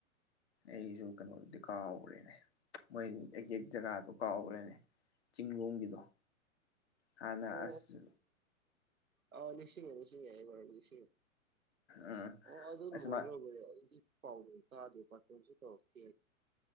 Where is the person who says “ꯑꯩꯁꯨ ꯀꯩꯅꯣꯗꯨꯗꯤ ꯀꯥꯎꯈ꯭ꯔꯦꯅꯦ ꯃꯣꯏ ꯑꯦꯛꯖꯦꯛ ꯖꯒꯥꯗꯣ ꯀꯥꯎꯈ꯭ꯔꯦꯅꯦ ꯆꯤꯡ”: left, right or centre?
Left